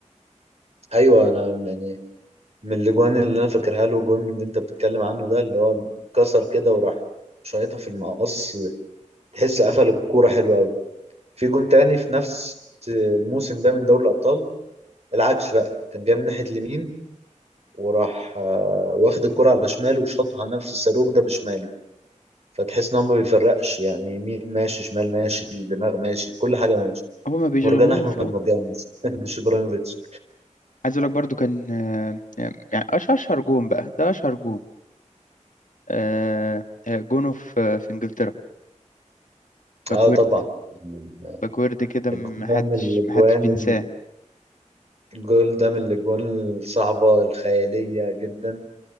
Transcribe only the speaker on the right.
ايوه انا يعني من الاجوان اللي انا فاكرها له الجون اللي انت بتتكلم عنه ده اللي هو كسر كده وراح شايطها في المقص تحس قفل الكوره حلو قوي في جون تاني في نفس الموسم ده من دوري الابطال العكس بقى كان جاي من ناحيه اليمين وراح آه، واخد الكرة على شماله وشاطها نفس الصاروخ ده بشماله فتحس ان هو ما بيفرقش يعني يمين ماشي شمال ماشي دماغ ماشي كل حاجة ماشي
مرجان احمد مرجان <laughs> مش ابراهيموفيتش
اه طبعا يعني
الجون ده من الاجوان
الجول ده من الاجوان الصعبة الخيالية جدا